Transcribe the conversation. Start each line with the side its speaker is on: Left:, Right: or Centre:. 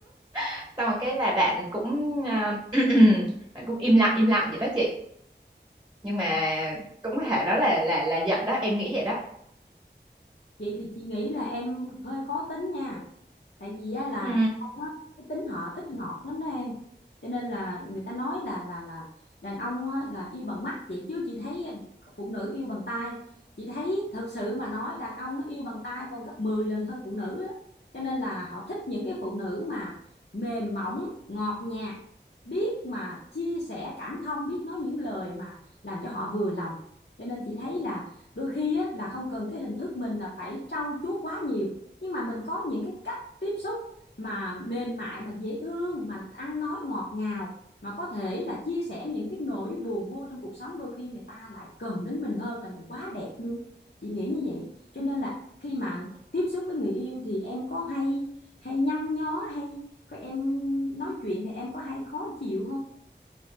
Right: <laughs> xong rồi cái là bạn cũng ờ, <clears throat> bạn cũng im lặng im lặng vậy đó chị nhưng mà cũng có thể đó là là là giận đó em nghĩ vậy đó
Left: Vậy thì chị nghĩ là em hơi khó tính nha. tại vì á là
Right: ừ
Left: đàn ông á cái tính họ thích ngọt lắm đó em cho nên là người ta nói là là là đàn ông á, là yêu bằng mắt vậy chứ chị thấy phụ nữ yêu bằng tai chị thấy thực sự mà nói đàn ông nó yêu bằng tai còn gấp 10 lần hơn phụ nữ đó cho nên là họ thích những cái phụ nữ mà mềm mỏng ngọt nhạt biết mà chia sẻ cảm thông biết nói những lời mà làm cho họ vừa lòng cho nên chị thấy là đôi khi á, là không cần cái hình thức mình là phải trau chuốt quá nhiều nhưng mà mình có những cái cách tiếp xúc mà mềm mại mà dễ thương mà ăn nói ngọt ngào mà có thể là chia sẻ những cái nỗi buồn vui trong cuộc sống đôi khi người ta lại cần đến mình hơn là mình quá đẹp luôn chị nghĩ như vậy cho nên là khi mà tiếp xúc với người yêu thì em có hay hay nhăn nhó hay có em nói chuyện thì em có hay khó chịu không